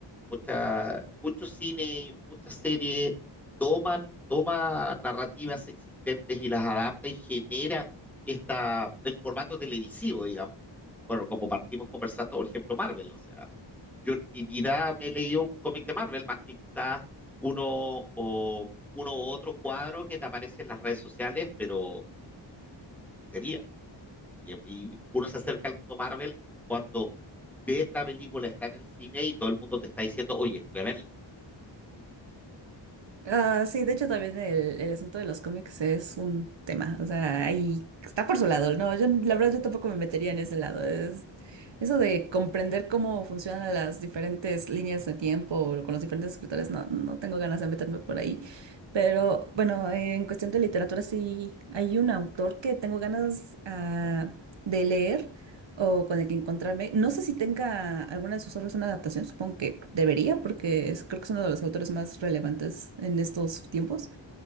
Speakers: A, in the centre; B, on the right.
A: mucha, mucho cine, muchas series toman, toma narrativas existentes y las adapta y genera esta, el formato televisivo, digamos. Bueno, como partimos conversando, por ejemplo, Marvel, o sea, yo en mi vida me he leído un cómic de Marvel, más que quizás uno o uno u otro cuadro que te aparece en las redes sociales, pero sería. Y, y uno se acerca al mundo Marvel cuando ves la película, está en el cine y todo el mundo te está diciendo, oye, fui a verla.
B: Ah, sí, de hecho también el, el asunto de los cómics es un tema, o sea, ahí está por su lado, no, yo la verdad yo tampoco me metería en ese lado, es eso de comprender cómo funcionan las diferentes líneas de tiempo o con los diferentes escritores, no, no tengo ganas de meterme por ahí, pero bueno, en cuestión de literatura sí hay un autor que tengo ganas ah, de leer, o con el que encontrarme. No sé si tenga alguna de sus obras una adaptación, supongo que debería, porque es, creo que es uno de los autores más relevantes en estos tiempos.